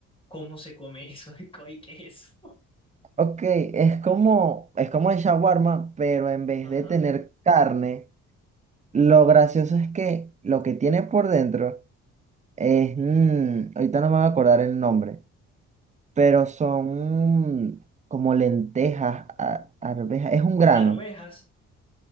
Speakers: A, on the left (about 20°); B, on the right (about 25°).
A: ¿Cómo se come eso <laughs> de co- y queso?
B: Ok, es como, es como el shawarma, pero en vez
A: Ajá.
B: de tener carne, lo gracioso es que lo que tiene por dentro Es, mm, ahorita no me voy a acordar el nombre, pero son mm, como lentejas, a- arvejas, es un grano
A: Arvejas.